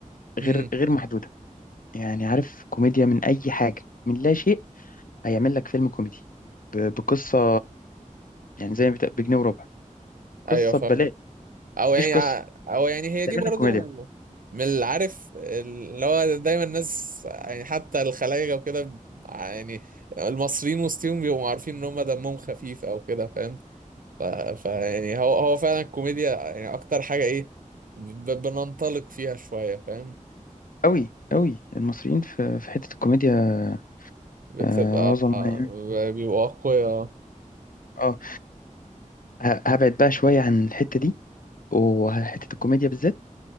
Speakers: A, on the left; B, on the right.
A: غير
B: امم
A: غير محدوده يعني عارف كوميديا من اي حاجه من لا شيء هيعمل لك فيلم كوميدي ب... بقصه يعني زي ما بت- بجنيه وربع قصه
B: ايوه فاهم
A: ببلاش
B: او
A: مفيش
B: يعني
A: قصه
B: او يعني هي
A: تعمل
B: دي برضو
A: لك كوميديا
B: من اللي عارف اللي هو دايما الناس يعني حتى الخلايجة وكده يعني المصريين وسطهم بيبقوا عارفين ان هم دمهم خفيف او كده فاهم ف... ف يعني هو هو فعلا الكوميديا يعني اكتر حاجة ايه ب... بننطلق فيها شوية فاهم
A: قوي قوي المصريين في في حته الكوميديا
B: بتبقى
A: آه، عظمة يعني
B: ب- بيبقوا اقوياء
A: اه ه- هبعد بقى شوية عن الحتة دي وحتة الكوميديا بالذات